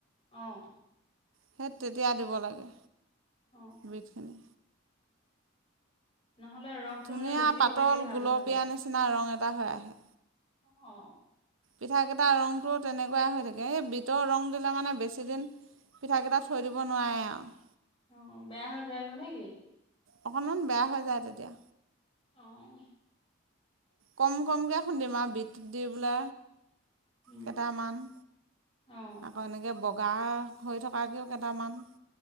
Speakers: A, on the left (about 30°); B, on the right (about 85°).
A: অঁ।
B: সেই তেতিয়া দিব লাগে।
A: অ
B: বিতখিনি।
A: উম। নহ'লে ৰসটো
B: ধুনীয়া
A: মানে বেছি
B: পাতল
A: হলেকে লাডু
B: গুলপীয়া
A: হৈ
B: নিচিনা ৰং এটা হয় আহে।
A: অঁ।
B: পিঠাকেইটা ৰংটো তেনেকুৱাই হৈ থাকে সেই বিতৰ ৰং দিলে মানে বেছিদিন পিঠাকেইটা থৈ দিব নোৱাৰে আৰু।
A: অঁ বেয়া হৈ যায়গ নেকি?
B: অকণমান বেয়া হৈ যায় তেতিয়া।
A: অঁ।
B: কম কমকৈ খুন্দিম আৰু বিতটো দি বোলে।
A: উম
B: কেইটামান
A: অ
B: আকৌ। গা হৈ থকাকৈও কেইটামান।